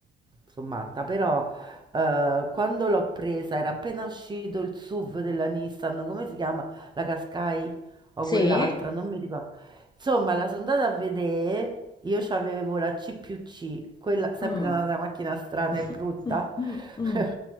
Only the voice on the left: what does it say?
Sì?
Mm.
<laughs>
Mm, mm, mm.